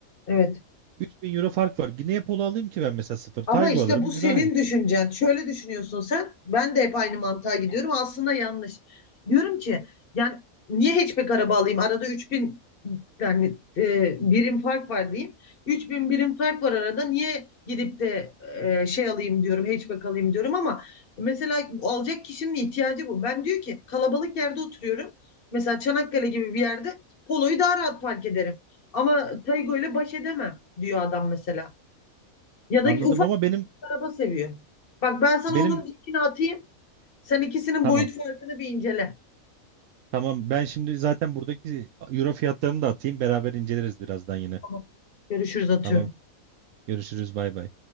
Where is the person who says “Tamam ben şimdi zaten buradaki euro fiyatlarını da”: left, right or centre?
Right